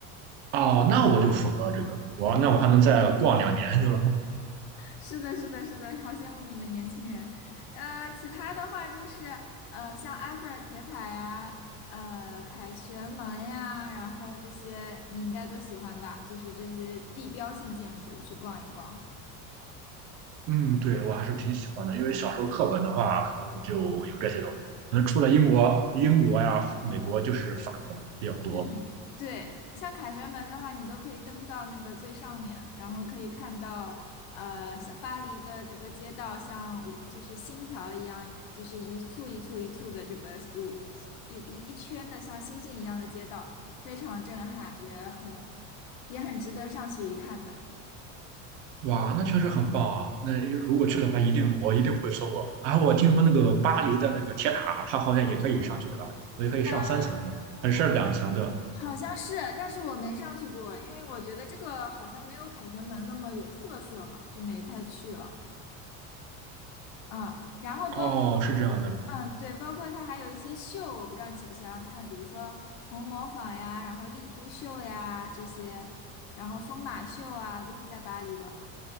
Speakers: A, on the right; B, on the left.
A: 哦，那我就符合这个。我那我还能再逛两年，对吧？
B: 是的，是的，是的，好羡慕你们年轻人。呃，其他的话就是，呃，像埃菲尔铁塔呀，呃，凯旋门呀，然后这些你应该都喜欢吧？就是这些地标性建筑去逛一逛。
A: 嗯，对，我还是挺喜欢的，因为小时候课本的话，可能就有这些东西。那能除了英国、英国呀、美国，就是法国了比较多。
B: 嗯，对，像凯旋门的话，你都可以登到那个最上面，然后可以看到，呃，像巴黎的这个街道，像五就是星条一样，就是一簇一簇一簇的这个五一一一圈的像星星一样的街道，非常震撼，也很也很值得上去一看的。
A: 哇，那确实很棒啊！那如果去的话，一定我一定不会错过。然后我听说那个巴黎的那个铁塔，它好像也可以上去，对吧？我也可以上三层是吧？
B: 嗯，
A: 还是两层对吧？
B: 我好像是，但是我没上去过，因为我觉得这个好像没有凯旋门那么有特色嘛，就没再去了。啊，然后包括。
A: 哦，是这样的。
B: 嗯，对，包括它还有一些秀，我不知道你喜不喜欢看，比如说红磨坊呀，然后丽都秀呀这些，然后疯马秀啊，都是在巴黎的。